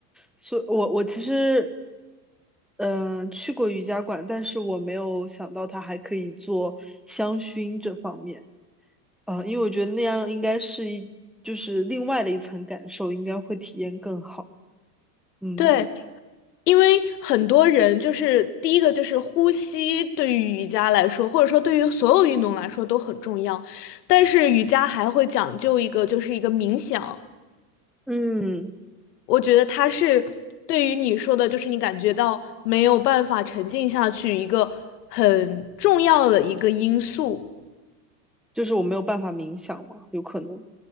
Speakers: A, in the centre; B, on the left (about 80°).
A: 所我我其实，嗯、呃去过瑜伽馆，但是我没有想到它还可以做香薰这方面，啊、因为我觉得那样应该是一，就是另外的一层感受，应该会体验更好。嗯
B: 对，因为很多人就是第一个就是呼吸，对于瑜伽来说，或者说对于所有运动来说都很重要，但是瑜伽还会讲究一个，就是一个冥想。
A: 嗯，
B: 我觉得它是对于你说的，就是你感觉到没有办法沉浸下去一个很重要的一个因素。
A: 就是我没有办法冥想嘛，有可能。